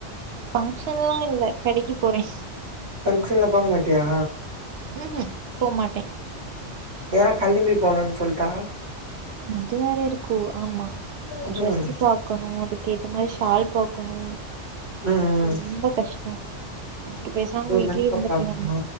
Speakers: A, on the right; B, on the right.
A: ஃபங்ஷன்லா இல்ல கடைக்கி போறே
B: ஃபங்க்ஷன்லா போகமாட்டியா
A: ம் ஹும் போமாட்டே
B: யா கலம்பி போணுன்னு சொல்ட்டாங்க
A: அது வேற இருக்கோ ஆமா
B: ம்
A: ட்ரெஸ்சு பாக்கணோ அதுக் ஏத்த மாரி ஷால் பாக்கணு
B: ம் ம்
A: ரொம்போ கஷ்டோ அதுக்கு பேசாம
B: அப்றோ
A: வீட்லயே
B: மேக்கப்
A: இர்ந்திருக்கலாமே
B: பாக்கணு